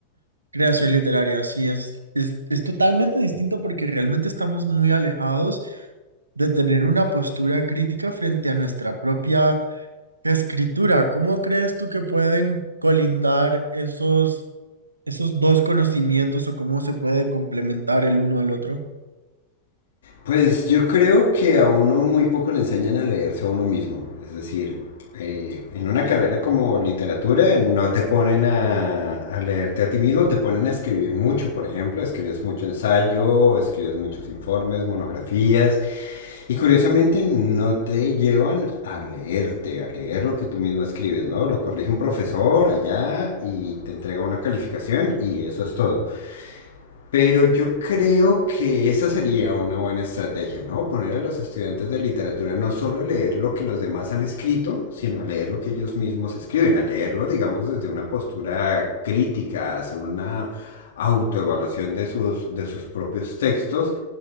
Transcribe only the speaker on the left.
Pues yo creo que a uno muy poco le enseñan a leerse a uno mismo. Es decir, eh, en una carrera como literatura no te ponen a, a leerte a ti mismo, te ponen a escribir mucho, por ejemplo. Escribes mucho ensayo, escribes muchos informes, monografías. Y curiosamente no te llevan a leerte, a leer lo que tú mismo escribes, ¿no? Lo corrige un profesor allá y te entrega una calificación y eso es todo. Pero yo creo que esa sería una buena estrategia, ¿no? Poner a los estudiantes de literatura no solo a leer lo que los demás han escrito, sino a leer lo que ellos mismos escriben, a leerlo, digamos, desde una postura crítica, hacer una autoevaluación de sus, de sus propios textos,